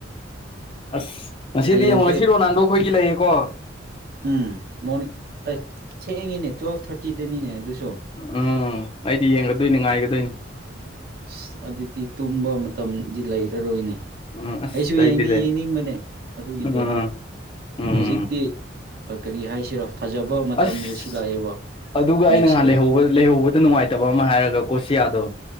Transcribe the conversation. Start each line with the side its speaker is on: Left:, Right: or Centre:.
Left: ꯑꯁ ꯉꯁꯤꯗꯤ
Right: ꯍꯌꯦꯡꯁꯦ
Left: ꯑꯃꯨꯛ ꯉꯁꯤ ꯔꯣꯅꯥꯜꯗꯣ ꯈꯣꯏꯒꯤ ꯂꯩꯌꯦꯀꯣ
Right: ꯎꯝ ꯃꯣꯔꯅꯤꯡ ꯑꯩ ꯊꯏꯉꯤꯅꯦ ꯇꯨꯋꯦꯜꯞ ꯊꯥꯔꯇꯤꯗꯅꯤꯅꯦ ꯑꯗꯨꯁꯨ
Left: ꯎꯝ ꯑꯩꯗꯤ ꯌꯦꯡꯒꯗꯣꯏꯅꯤ ꯉꯥꯏꯒꯗꯣꯏꯅꯤ
Right: ꯑꯁ ꯑꯗꯨꯗꯤ ꯇꯨꯝꯕ ꯃꯇꯝꯗꯤ ꯂꯩꯔꯔꯣꯏꯅꯦ
Left: ꯎꯝ ꯑꯁ
Right: ꯑꯩꯁꯨ
Left: ꯑꯩꯗꯤ
Right: ꯌꯦꯡꯗꯤ
Left: ꯂꯩ
Right: ꯌꯦꯡꯅꯤꯡꯕꯅꯦ ꯑꯗꯨꯒꯤꯗꯣ
Left: ꯎꯝ ꯎꯝ
Right: ꯍꯧꯖꯤꯛꯇꯤ ꯀꯔꯤ ꯍꯥꯏꯁꯤꯔꯣ ꯐꯖꯕ ꯃꯇꯝ
Left: ꯑꯁ
Right: ꯌꯧꯁꯤꯜꯂꯛꯑꯦꯕ
Left: ꯑꯗꯨꯒ
Right: ꯃꯦꯠꯁꯇꯣ
Left: ꯑ ꯅꯍꯥꯟ ꯂꯩꯍꯧꯕ ꯂꯩꯍꯧꯕ ꯑꯇ ꯅꯨꯡꯉꯥꯏꯇꯕ ꯑꯃ ꯍꯥꯏꯔꯒ ꯀꯣꯁꯤꯌꯥꯗꯣ